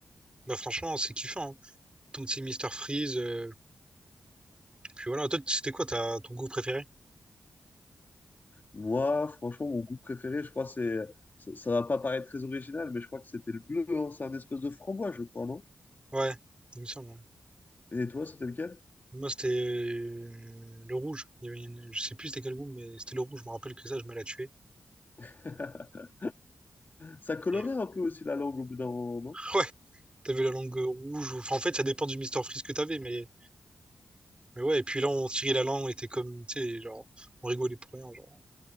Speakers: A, on the right; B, on the left.
A: bah, franchement, c'est kiffant. Hein. Ton petit Mr. Freeze, euh, puis voilà. Toi, c'était quoi ta, ton goût préféré?
B: Moi, franchement, mon goût préféré, je crois, c'est. Ça, ça va pas paraître très original, mais je crois que c'était le bleu. hein. C'est un espèce de framboise, je crois, non?
A: Ouais, il me semble. hein.
B: Et toi, c'était lequel?
A: Moi, c'était euh, le rouge. Il y avait une- Je sais plus c'était quel goût, mais c'était le rouge. Je me rappelle que ça, je me la tuais.
B: <laughs> Ça colorait
A: Et...
B: un peu aussi la langue au bout d'un moment,
A: <laughs> Ouais, t'avais la langue euh, rouge. ou- Enfin, en fait, ça dépend du Mister Freeze que t'avais, mais... mais ouais. Et puis là, on tirait la langue, on était comme, tu sais, genre, on rigolait pour rien. Genre,